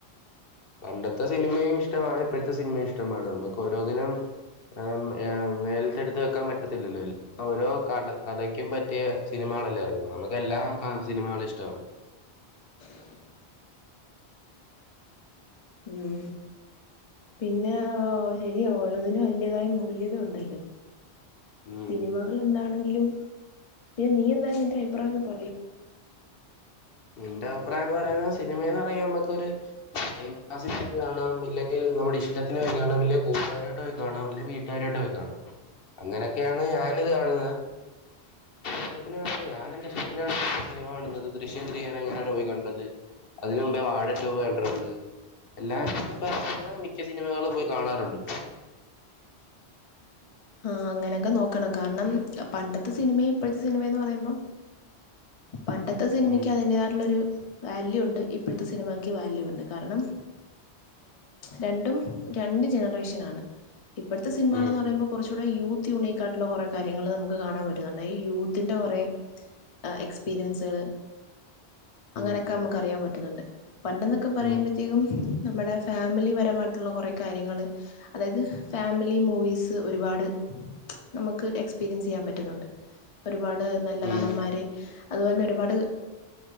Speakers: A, on the left; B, on the left.
A: പണ്ടത്തെ സിനിമയും ഇഷ്ടമാണ്. ഇപ്പഴത്തെ സിനിമയും ഇഷ്ടമാണ്. നമുക്ക് ഓരോന്നിനും. ആ ഏഹ് മേൽത്തെടുത്ത് വെക്കാൻ പറ്റത്തില്ലല്ലോ. ഓരോ കഥ, കഥയ്ക്കും പറ്റിയ സിനിമകളല്ലേ ഇറങ്ങു. നമുക്ക് എല്ലാ സിനിമകളും ഇഷ്ടമാണ്
B: <inaudible> ഉം പിന്നെ ശരിയാ ഓരോന്നിനും അതിന്റേതായ മൂല്യത ഉണ്ടല്ലോ
A: ഉം
B: സിനിമകൾ എന്താണെങ്കിലും, പിന്നെ നീ എന്തായാലും നിന്റെ അഭിപ്രായം ഒന്ന് പറയൂ
A: നിന്റെ അഭിപ്രായം എന്ന് പറയുന്ന സിനിമയെന്ന് പർഞ്ഞ നമ്മക്കൊരു ടൈം പാസിനു കാണാം, ഇല്ലെങ്കിൽ നമ്മുടെ ഇഷ്ടത്തിനൊക്കെ കാണാം, കൂട്ടുകാരായിട്ട് കാണാം. ഇല്ലേ വീ ട്ടുകാരുടെ കൂടെ പോയി കാണും. അങ്ങനെയൊക്കെയാണ് ഞാനിത് കാണുന്നത്. ഇഷ്ടത്തിന് വേണ്ടി ഞാനെൻ്റെ ഇഷ്ടത്തിനാ സിനിമ കാണുന്നത്. ദൃശ്യം മൂന്ന് ഞാൻ അങ്ങനെയാണ് പോയികണ്ടത്. അതിന് മുമ്പേ വാഴ ടു കണ്ടിട്ടുണ്ട് എല്ലാ ഇപ്പം ഇറങ്ങുന്ന മിക്ക സിനിമകൾ പോയി കാണാറുണ്ട്.
B: ആ അങ്ങനെയൊക്കെ നോക്കണം. കാരണം പണ്ടത്തെ സിനിമയും ഇപ്പഴത്തെ സിനിമയന്ന് പറയുമ്പം പണ്ടത്തെ സിനിമയ്ക്ക്
A: ഉം
B: അതിൻ്റെതായിട്ടുള്ളൊരു വാല്യൂ ഉണ്ട് ഇപ്പഴത്തെ സിനിമയ്ക്ക് വാല്യൂ ഉണ്ട്. കാരണം രണ്ടും രണ്ട് ജനറേഷനാണ് ഇപ്പഴത്തെ സിനിമകളന്ന്
A: ഉം
B: പറയുമ്പോൾ കുറച്ചുകൂടെ യൂത്ത് ത്യുണീക്കാട്ടിലോ കൊറെ കാര്യങ്ങൾ നമുക്ക് കാണാൻ പറ്റുന്നുണ്ട്. ഈ യൂത്തിന്റെ കൊറെ ആ എക്സ്പീരിയൻസുകള് അങ്ങനൊക്കെ
A: ഉം
B: നമുക്ക് അറിയാൻ പറ്റുന്നുണ്ട്. പണ്ടെന്നൊക്കെ പറയുമ്പോ
A: ഉം
B: ത്തേക്കും നമ്മടെ ഫാമിലി പരമായിട്ടുള്ള കൊറെ കാര്യങ്ങള് അതായത് ഫാമിലി മൂവീസ് ഒരുപാട് നമുക്ക് എക്സ്പീരിയൻസെയ്യാൻ പറ്റും. ട്ടുന്നുണ്ട് ഒരുപാട് നല്ല
A: ഉം
B: നടന്മാര്. അതുപോലെന്നെ ഒരുപാട്